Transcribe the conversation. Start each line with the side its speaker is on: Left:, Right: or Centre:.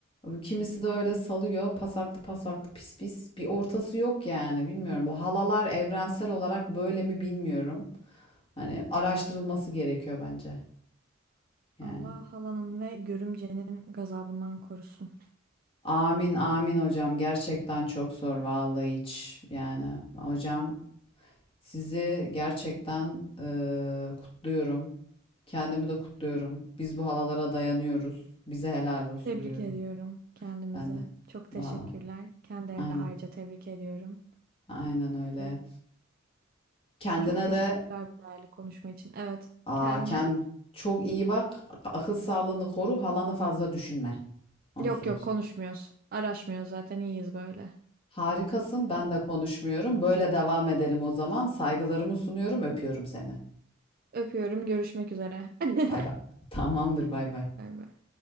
Left: Kimisi de öyle salıyor, pasaklı pasaklı pis pis. Bir ortası yok yani bilmiyorum. Bu halalar evrensel olarak böyle mi bilmiyorum. Hani araştırılması gerekiyor bence yani.
Right: Allah halanın ve görümcenin gazabından korusun
Left: Amin amin
Right: diyelim.
Left: hocam gerçekten çok zor vallahi hiç yani hocam Sizi gerçekten eee, kutluyorum. Kendimi de kutluyorum. Biz bu halalara dayanıyoruz. Bize helal olsun
Right: Tebrik
Left: diyorum
Right: ediyorum kendimizi.
Left: ben de.
Right: Çok teşekkürler.
Left: Vallahi,
Right: Kendilerini
Left: aynen.
Right: de ayrıca tebrik ediyorum.
Left: Aynen öyle.
Right: Ve
Left: Kendine
Right: çok teşekkürler
Left: de
Right: bu değerli konuşma için. Evet,
Left: aa,
Right: kendine.
Left: kend, çok iyi bak. ak- Akıl sağlığını koru. Halanı fazla düşünme. Onu
Right: Yok
Left: söyleyeyim.
Right: yok konuşmuyoruz. Araşmıyoruz zaten iyiyiz böyle.
Left: Harikasın. Ben de konuşmuyorum. Böyle devam edelim o zaman. Saygılarımı sunuyorum. Öpüyorum seni.
Right: Öpüyorum. Görüşmek üzere. <laughs>
Left: Bay bay. Tamamdır. Bay bay.
Right: Bay bay.